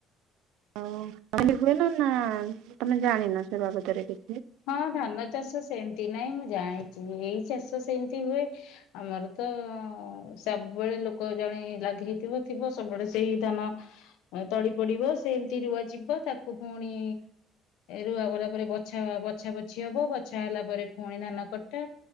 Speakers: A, on the right (about 80°); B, on the left (about 85°).
A: ଓ କହିଲି ହୁଏନା ନାଁ ତମେ ଜାଣିନ ସେ ବାବଦରେ କିଛି
B: ହଁ ଧାନ ଚାଷ ସେମତି ନାଇଁ ମୁଁ ଜାଣିଚି ଏଇ ଚାଷ ସେମିତି ହୁଏ ଆମର ତ ସବୁବେଳେ ଲୋକ ଜ ଜଣେ ଲଗେଇଥିବ ଥିବ ସବୁବେଳେ ସେଇ ଧାନ ତଳି ପଡିବ ସେମତି ରୁଆ ଯିବ ତାକୁ ପୁଣି ରୁଆ ବରା ପରେ ବଛା ବ ଛା ବଛି ହବ ବଛା ହେଲା ପରେ ପୁଣି ଧାନ କଟା।